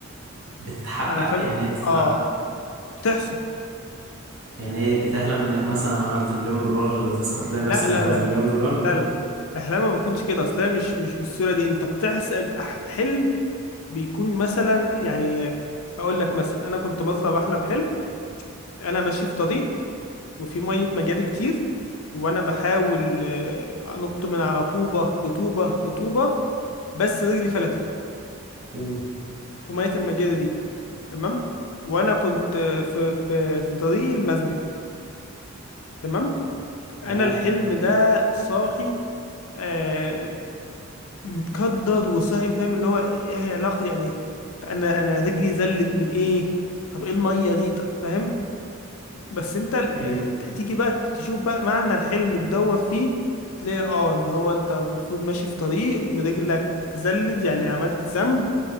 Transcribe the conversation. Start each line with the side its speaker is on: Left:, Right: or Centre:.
Right: بتتحقق
Left: أنا فاهم
Right: يعني ايه بتتحقق
Left: اه بتحصل
Right: يعني ايه بتحلم انك مثلا عملت مليون دولار تصحى تلاقي
Left: لا
Right: نفسك
Left: لا
Right: عملت
Left: لا
Right: مليون
Left: لا
Right: دولار
Left: لا الأحلام ما بتكونش كده أصلا مش مش بالصورة دي أنت بتحسب أح- حلم بيكون مثلا يعني هقول لك مثلا أنا كنت بطلع بحلم حلم انا ماشي في طريق وفي ميه مجاري كتير وانا بحاول آه، انط من على طوبه لطوبه لطوبه بس رجلي فلتت
Right: امم
Left: في ميه المجاري دي تمام وانا كنت آه، في في في طريق المسجد تمام
Right: تمام
Left: انا الحلم ده صاحي آه، متكدر وصاحي فاهم اللي هو ايه إيه علاقه يعني انا انا رجلي زلت من ايه طب ايه الميه دي طب فاهم بس انت ال-
Right: امم
Left: تيجي بقى تشوف بقى معنى الحلم تدور فيه تلاقي اه ان هو انت المفروض ماشي في طريق ورجلك زلت يعني عملت ذنب